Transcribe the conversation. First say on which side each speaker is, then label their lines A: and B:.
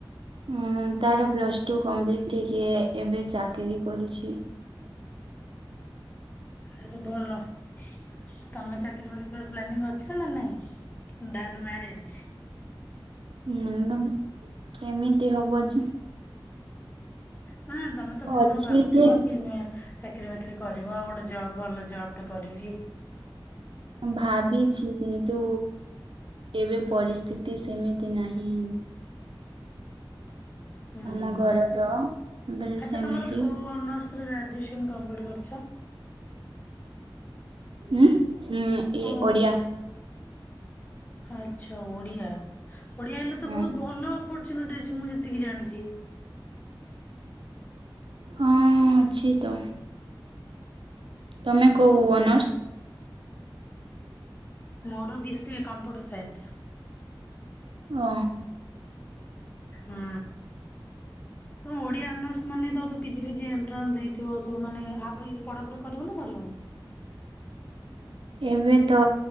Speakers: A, on the right; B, on the left.
A: ଉଁ ତାର ପ୍ଲସ୍ ଟୁ କମ୍ପ୍ଲିଟ୍ ହେଇକି ଏବେ ଚାକିରି କରୁଛି।
B: ଆରେ ଭଲ ତମେ ଚାକି ଚାକିରି ବାକିରି କଣ ପ୍ଲାନିଙ୍ଗ ଅଛି ନା ନାଇଁ ଡାଇରେକ୍ଟ ମାରେଜ।
A: ହୁଁ କେମିତି ହବ ଯେ
B: ହଁ ତମେ ତ ପୁଣି
A: ଅଛି
B: କଣ ଭାବୁଥିବ
A: ଯେ
B: କି ଚାକିରୀ ବାକିରି କରିବ ଆଉ ଗୋଟେ ଜବ ଭଲ ଜବ ଟା କରିବି।
A: ଭାବିଛି କିନ୍ତୁ ଏବେ ପରିସ୍ଥିତି ସେମିତି ନାହିଁ।
B: ହୁଁ
A: ଆମ
B: ହୁଁ
A: ଘରର ବେଲେ
B: ଆଚ୍ଛା
A: ସେମିତି
B: ତମର କୋ ଅନର୍ସରେ ଗ୍ରାଜୁଏସନ କମ୍ପ୍ଲିଟ କରିଛ?
A: ହୁଁ ହୁଁ ଏ
B: କୋଉ
A: ଓଡିଆ।
B: ଆଚ୍ଛା ଓଡିଆ ଓଡିଆ ହେଲେ ତ
A: ହଁ
B: ବହୁତ ଭଲ ଅପର୍ଚୁନିଟି ଅଛି ମୁଁ ଯେତିକି ଜାଣିଛି।
A: ହଁ ଅଛି ତ। ତମେ କୋଉ ଅନର୍ସ?
B: ମୋର B C A computer science.
A: ଓ।
B: ହୁଁ ତମ ଓଡିଆ ଅନର୍ସ ମାନେ ତ ଦ ପିଜି ଫିଜି ଏଣ୍ଟ୍ରାନ୍ସ ଦେଇ ଥିବ ସବୁ ମାନେ ଆପରେ କିଛି ପଢ଼ାପଢ଼ି କରିବ ନା କରିବନି?
A: ଏବେ ତ